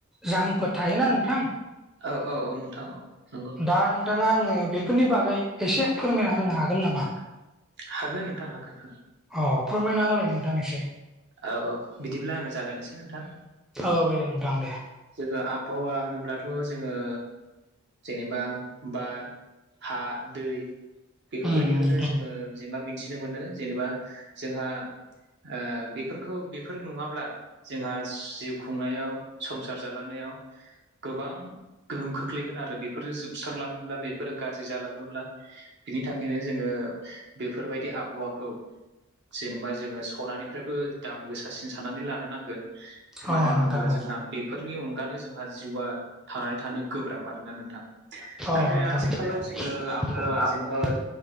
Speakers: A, in the centre; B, on the right.
A: जाहोनफोर थायोना नोंथां
B: औ औ औ नोंथां औ नोंगौ।
A: दा नोंथाङा आंनो बेफोरनि बागै एसे फोरमायना होनो हागोन नामा?
B: हागोन नोंथां हागोन।
A: अ फोरमायना होलाय नोंथां एसे।
B: औ बिदिब्ला आङो जागायनोसै नोंथां।
A: औ दे नोंथां दे
B: जोङो आबहावा होनोब्लाथ' जोङो जेनेबा बार, हा, दै बेफोरबायदिखौनो
A: उम नोंथां
B: जोङो जेनेबा मिन्थिनो मोनो जेनेबा जोंहा ओ बेफोरखौ बेफोर नङाब्ला जोंहा जिउ खुंनायाव संसार जालांनायाव गोबां गोहोम खोख्लैगोन आरो बेफोरो जोबस्रांलाङोब्ला बेफोरो गाज्रि जालाङोब्ला बिनि थाखायनो जोङो बेफोरबायदि आबहावाखौ जेनेबा जोङो सनानिफ्रायबो दाम गोसासिन साननानै लानो नांगोन।
A: अ
B: मानो होनोब्ला
A: नोंथां औ अ
B: जोंहा बेफोरनि अनगानो जोंहा जिउआ थानानै थानो गोब्राब आरोना नोंथां।
A: नोंथां अ
B: नाथाय
A: नोंथां
B: आथिखालाव
A: अ
B: जोङो आबहावा जेनेबा